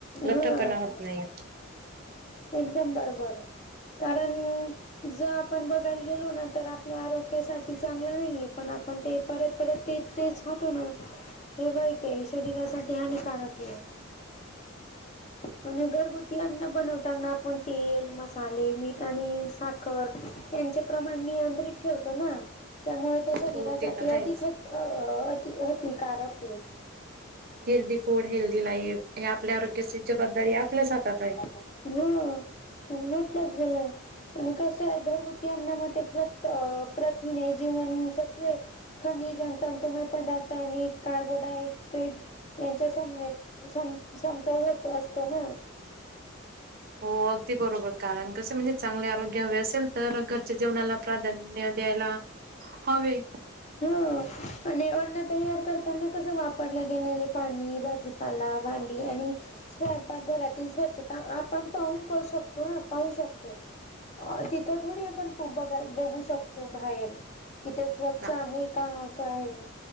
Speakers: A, on the right; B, on the left.
A: लठ्ठपणा
B: हा
A: होत नाही.
B: एकदम बरोबर, कारण जर आपण बघायला गेलो ना तर आपल्या आरोग्यासाठी चांगलं नाहीये, पण आपण ते परत-परत ते तेच खातो ना, हे वाईट ये शरीरासाठी हानिकारक ये. म्हणून घरगुती अन्न बनवताना, आपण तेल, मसाले, मीठ आणि स साखर यांचे प्रमाण नियंत्रित ठेवतो ना? त्यामुळे ते शरीरासाठी
A: हो ते तर आहेच.
B: अधिक त अ अ अति-हतिकारक ये.
A: हेल्दी फूड, हेल्दी लाईफ, हे आपल्या आरोग्याची जबाबदारी आपल्याच हातात आहे.
B: ह्म, हो मोठच झालं य. आणि कसं य घरगुती अन्ना मध्ये प्रत-अ-प्रथिने, जीवन सत्वे खनिज अन तंतुमय पदार्थ आणि कार्बोडाय-ड्रेट. यांच्या समवेत, सम-समतोल होत असतो ना.
A: होग. ते बरोबर कारण, कसे म्हणजे चांगले आरोग्य हवे असेल तर, घरच्या जेवणाला प्राधान्य द्यायला हवे.
B: हं आणि अन्न तयार करताना, कसं वापरलं गेलेल पाणी, भाजी पाला, भांडी आणि स्वयंपाक घरातील स्वच्छता आपण पाहून क शकतो ना? पाहू शकतो. अ तिथं थोडी आपण बघाय, बघू शकतो बाहेर. तिथे स्वच्छ
A: ना
B: आहे का, काय ये?